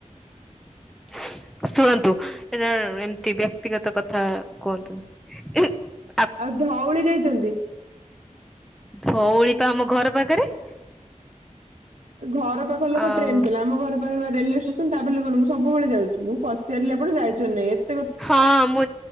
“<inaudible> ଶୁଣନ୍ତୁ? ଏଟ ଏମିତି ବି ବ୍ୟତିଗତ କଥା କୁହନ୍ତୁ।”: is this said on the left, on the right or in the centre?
Centre